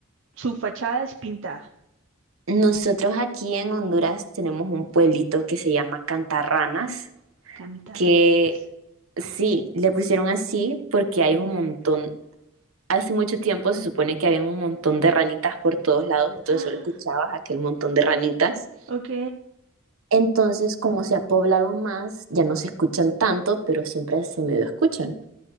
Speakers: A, on the right; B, on the right.
A: Su fachada es pintada.
B: Nosotros aquí en Honduras tenemos un pueblito que se llama Cantarranas,
A: Cantarranas.
B: que sí, le pusieron así porque hay
A: Ujú.
B: un montón,
A: <gasps>
B: hace mucho tiempo se supone que había un montón de ranitas por todos lados, entonces
A: Ah,
B: solo escuchabas aquel montón de ranitas.
A: ok.
B: Entonces, como se ha poblado más, ya no se escuchan tanto, pero siempre se medio escuchan.